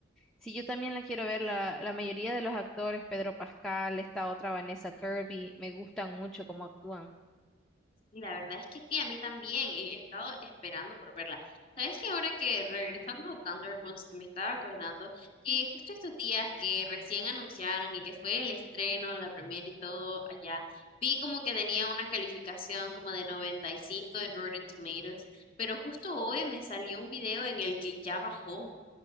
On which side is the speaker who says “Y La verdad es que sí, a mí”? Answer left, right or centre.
Left